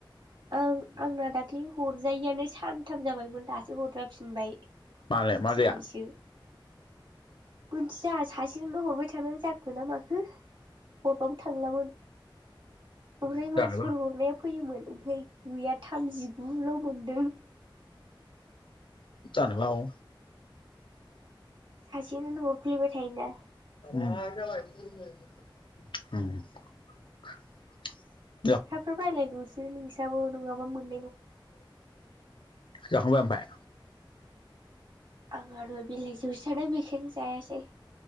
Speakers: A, on the right; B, on the left.
A: ओं आंना दाखलै हरजायैआनो सा नथाम जाबायमोन दासो हरजाफिनबाय
B: मानो मा
A: दिनैसो
B: जाया
A: मिथिया सासे बिदिनो हरबाय थानो जाखोना माखो हरबाबो थांलामोन ओमफ्राय
B: जानोबा
A: मानसिफोर हरनाय फैयोमोन ओमफ्राय गैया थामजि गु ल' मोनदों
B: जानोबो हागौ
A: सासेनोनो हरफ्लेबाय थायोना
B: ओं ओं
A: थाफ थाफ रायज्लायदोसो नोंसाबो नङाबा मोन
B: <inaudible> जाखांबाय ओमफाय
A: आं आरो <inaudible> <inaudible> नो जायासै